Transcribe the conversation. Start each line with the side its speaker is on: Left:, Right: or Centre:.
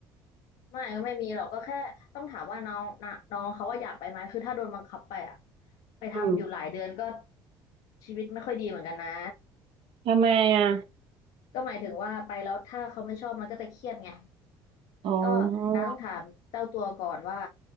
Left: ไม่ก็ไม่มีหรอกก็แค่ต้องถามว่าน้องนะน้องเขาว่าอยากไปไหมคือถ้าโดนบังคับไปอะไปทำอยู่หลายเดือนก็
Right: อืม
Left: ชีวิตไม่ค่อยดีเหมือนกันนะ
Right: ทำไมอ่ะ
Left: ก็หมายถึงว่าไปแล้วถ้าเขาไม่ชอบมันก็จะเครียดไง
Right: อ๋อ
Left: ก็น้าต้องถามเจ้าตัวก่อนว่า